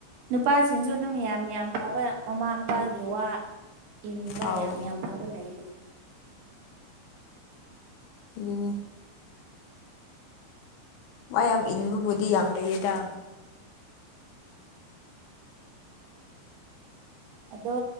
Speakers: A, on the right (about 70°); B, on the left (about 85°).
A: ꯅꯨꯄꯥꯁꯤꯡꯁꯨ ꯑꯗꯨꯝ ꯌꯥꯝ ꯌꯥꯝ ꯐꯕꯅ ꯃꯃꯥ ꯃꯄꯥꯒꯤ ꯋꯥ ꯏꯟꯕ
B: ꯑꯥꯎ
A: ꯌꯥꯝ ꯌꯥꯝ ꯐꯕ ꯂꯩꯌꯦꯗ
B: ꯑꯗꯨꯅꯦ ꯋꯥ ꯌꯥꯝ ꯏꯟꯕꯕꯨꯗꯤ ꯌꯥꯝ ꯂꯩꯌꯦꯗ
A: ꯑꯗꯣ